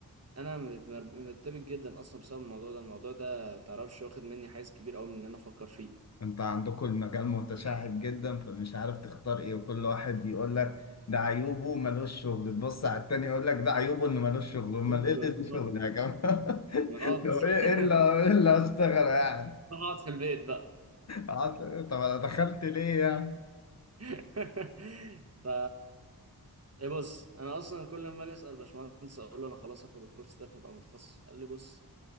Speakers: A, on the right (about 40°); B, on the left (about 45°).
A: انا مت- مر- مرتبك جدا اصلا بسبب الموضوع ده الموضوع ده تعرفش واخد مني حيز كبير قوي من ان انا افكر فيه
B: انت عندكم المجال متشعب جدا فمش عارف تختار ايه وكل واحد يقول لك ده عيوبه ملوش شغل تبص على التاني يقول لك ده عيوبه انه ملوش شغل امال
A: <laughs>
B: ايه اللي ليه شغل يا جماعه
A: اه
B: <laughs>
A: بس
B: طب ايه ايه
A: <laughs>
B: اللي ايه اللي هشتغله يعني
A: بقعد في البيت بقى
B: قعدت- طب انا دخلت ليه يعني
A: <laughs> ف يا بص انا اصلا كل ما اجي اسال باشمهندس اقول له انا خلاص هاخد الكورس ده فبقى متخصص قال لي بص